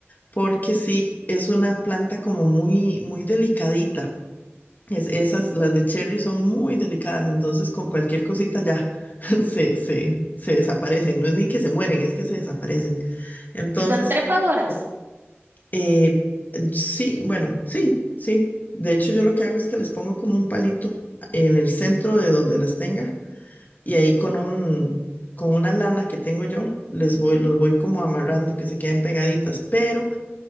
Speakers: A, on the left; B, on the right.
A: porque sí, es una planta como muy, muy delicadita. Es, esas, las de cherry son muy delicadas, entonces con cualquier cosita ya <laughs> se, se, se desaparecen. No es ni que se mueren, es que se desaparecen. Entonces,
B: Y son trepadoras,
A: eh, sí, bueno, sí, sí. De hecho, yo lo que hago es que les pongo como un palito en el centro de donde las tenga y ahí con un, con una lana que tengo yo, les voy, los voy como amarrando que se queden pegaditas, pero...